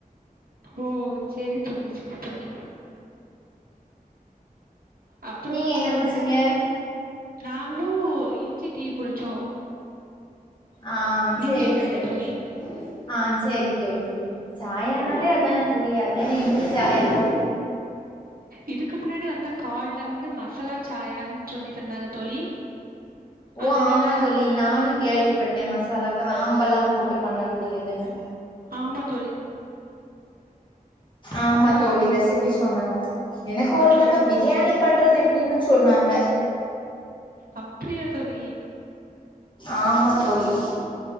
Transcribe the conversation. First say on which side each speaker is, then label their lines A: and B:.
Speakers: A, on the right (about 75°); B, on the left (about 30°).
A: ஓ செரி தோழி செரி தோழி அப்றோ
B: நீங்க
A: உங்களோட
B: என்ன குடிச்சீங்க
A: நாங்களு இஞ்சி டீ குடிச்சோ
B: ஆ செரி
A: இஞ்சி சாயா
B: சோ
A: தோழி
B: செரி ஆ செரி தோழி சாயானாலே அதானே தோழி அது என்ன இஞ்சி சாயா
A: இதுக்கு முன்னாடி வந்த கால்ல வந்து மசலா சாயான்னு சொல்லி தந்தாங்க தோழி
B: ஓ
A: அதனால
B: ஆமா தோழி நானு கேள்விப்பட்டே மசாலாக் கிராம்பு எல்லா போட்டு பண்ண குடியதுன்னு
A: ஆமாத்
B: ஆமா
A: அதா
B: தோழி ரெசிபி சொன்னாங்க எனக்கு
A: கொஞ்சோ
B: ஒருத்தங்க பிரியாணி பண்றது எப்டின்னு சொன்னாங்க
A: அப்டியா தோழி
B: ஆமா தோழி